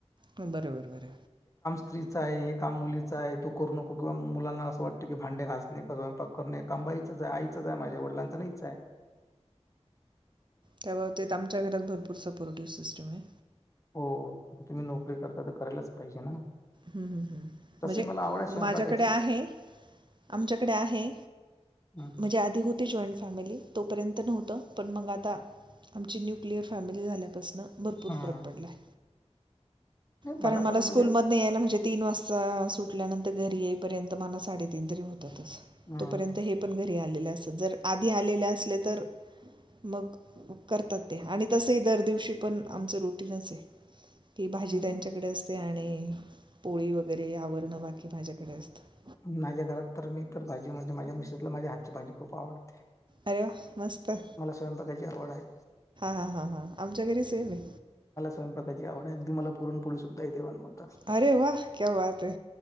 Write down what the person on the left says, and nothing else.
स्त्रीचा आहे हे काम मुलीचा आहे, तो करू नको किंवा मुलांना असं, वाटतं की भांडे घासणे स्वयंपाक करणे हे काम बाईचच आहे आईचंच आहे, माझ्या वडिलांचं नाहीचे.
हो आता तुम्ही नोकरी करता, तर करायलाच पाहिजे ना.
तशी
मला आवड आहे स्वयंपाकाची
हं.
हा
नाही
तर
म्हणजे
अं,
हं,
माझ्या घरात तर मी तर भाजी म्हणजे माझ्या मिशेसला माझ्या हातची भाजी खूप आवडते.
मला स्वयंपाकाची आवड आहे.
स्वयंपाकायची आवड आहे आणि ती मला पुरण पोळी सुद्धा येथे बनवायला.